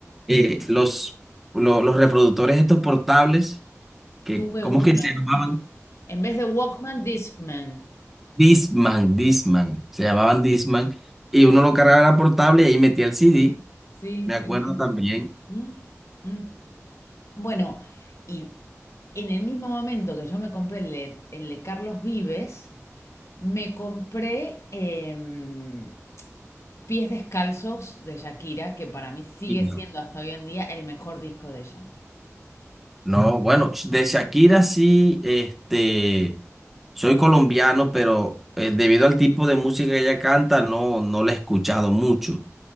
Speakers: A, in the centre; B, on the left (about 60°).
A: eh, los, lo- los reproductores estos portables, que,
B: Tuve
A: ¿cómo
B: uno.
A: es que se llamaban?
B: En vez de Walkman, Discman.
A: Discman, Discman, se llamaban Discman, y uno lo cargaba en la portable y ahí metía el CD,
B: Sí,
A: me acuerdo
B: sí, sí.
A: también.
B: ¿Mm? ¿Mm? Bueno, y en el mismo momento que yo me compré el de, el de Carlos Vives, me compré em, Pies Descalzos de Shakira, que para mí sigue
A: y no,
B: siendo hasta hoy en día el mejor disco de ella.
A: no, bueno, de Shakira sí, este, soy colombiano, pero eh, debido al tipo de música que ella canta, no, no la he escuchado mucho.